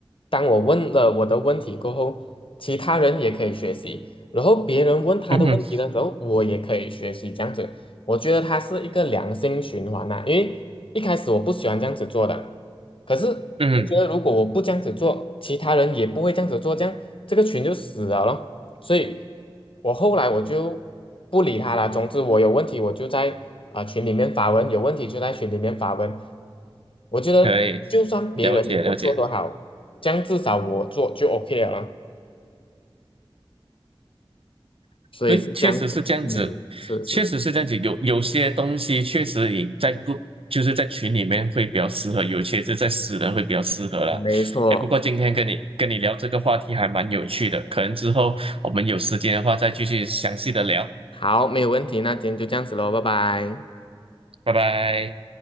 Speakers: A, on the left; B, on the right.
A: 当我问了我的问题过后，其他人也可以学习，然后别人问他的问题的时候，
B: 嗯哼。
A: 我也可以学习，这样子，我觉得它是一个良性循环呐、因为一开始我不喜欢这样子做的，可是我觉得如果我不这样子做，
B: 嗯哼
A: 其他人也不会这样子做，这样这个群就死了咯。所以我后来我就不理他了。总之，我有问题我就在啊、群里面发问，有问题就在群里面发问。我觉得就算别人也不做都好，
B: 可以，了解了解，
A: 这样至少我做就 OK 了咯。所以是这样子，
B: 对，确实是这样子，
A: 嗯，是是，
B: 确实是这样子。有有些东西确实你在 g 就是在群里面会比较适合，有些是在私人会比较适合啦。
A: 没错。
B: 哎，不过今天跟你跟你聊这个话题还蛮有趣的，可能之后我们有时间的话再继续详细的聊。
A: 好，没有问题，那今天就这样子喽，拜拜。
B: 拜拜。